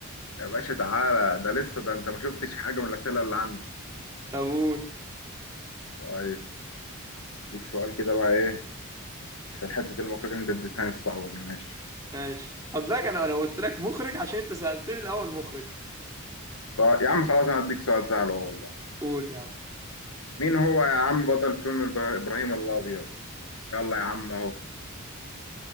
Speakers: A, on the left (about 80°); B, on the right (about 15°).
A: يا باشا تعالى ده لسه ده انت ما شفتش حاجه من الاسئله اللي عندي
B: طب قول
A: طيب هديك سؤال كده بقى ايه عشان حته المخرجين انت اديتهاني الصعبه دي ماشي
B: ماشي خد بالك انا انا قلت لك مخرج عشان انت سألتني الاول مخرج
A: طيب يا عم خلاص انا هديك سؤال سهل اهو والله
B: قول يا عم
A: مين هو يا عم بطل فيلم إبرا- ابراهيم الابيض يلا يا عم اهو